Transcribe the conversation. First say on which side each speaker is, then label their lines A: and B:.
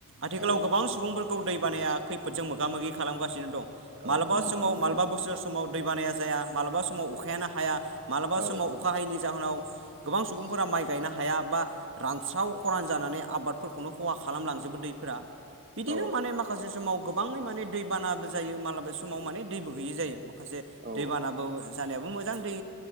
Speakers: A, on the right; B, on the right.
A: आथिखालाव
B: औ
A: गोबां सुबुंफोरखौ दै बानाया खैफोदजों मोगा मोगि खालामगासिनो दं मालाबा
B: औ नंगौ
A: समाव
B: नोंथां
A: मालाबा बोसोर समाव दै बानाया जाया माबलाबा समाव अखायानो हाया माबलाबा
B: औ
A: समाव अखा हायैनि जाहोनाव गोबां सुबुंफोरा माइ गायनो हाया बा रानस्राव खरान जानानै आबादफोरखौ बेखौनो खहा खालामलांजोबो दैफोरा बिदिनो
B: औ
A: माने माखासे समाव गोबाङै माने दैबानाबो जायो मालाबा समाव माने दैबो गैयि जायो माखासे
B: औ
A: दैबानाबो जानायाबो मोजां दै